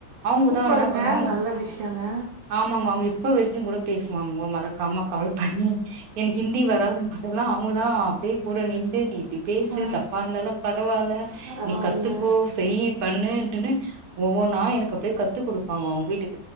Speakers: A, on the right (about 55°); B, on the right (about 70°).
A: அவுங்கதான்
B: சூப்பருங்க
A: என்ன பண்ணுவாங்க
B: நல்ல விஷயங்க
A: ஆமாங்க அவங்க இப்ப வரைக்கு கூட பேசி வாங்கோ மறக்காம கால் பண்ணி எனக்கு ஹிந்தி வராது முதெல்லா அவுங்க தான் அப்டியே கூட நின்டு நீ நீ பேசு
B: ஆ
A: தப்பா இருந்தாலு பரவால்ல
B: பரவால்ல
A: நீ கத்துக்கோ செய் ன்ட்டுனு ஒவ்வொன்னா எனக்கு அப்டியே கத்து கொடுப்பாங்க அவுங்க வீட்டுக்கு